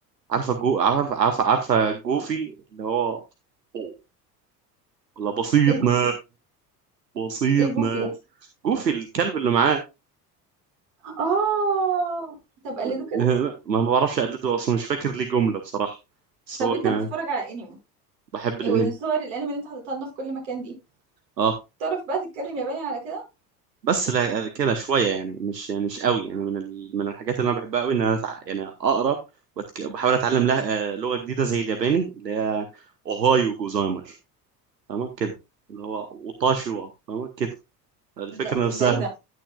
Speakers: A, on the right; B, on the right.
A: عارفه جو عارفه عارفه عارفه جوفي اللي هو أوه، لا بسيطنا
B: ايه جوفي ده؟
A: بسيطنا
B: ايه جوفي ده
A: جوفي الكلب اللي معاه
B: اه طب قلده
A: <laughs>
B: كده
A: ما بعرفش اقلده اصلا مش فاكر ليه جمله بصراحه بس
B: طب
A: هو
B: انت
A: كان
B: بتتفرج على انمي
A: بحب الانمي
B: إيه، والصور الانمي اللي انت حاططها لنا في كل مكان دي
A: اه
B: تعرف بقى تتكلم ياباني على كده
A: بس لا كده شويه يعني مش يعني مش قوي يعني من ال... من الحاجات اللي انا بحبها قوي ان انا أتع- يعني اقرا وأتك... وبحاول اتعلم لها آه، لغه جديده زي الياباني اللي هي اوهايو جوزايمر فاهمه كده اللي هو اوتاشيوا فاهمه كده الفكره
B: ده
A: نفسها
B: ده ايه ده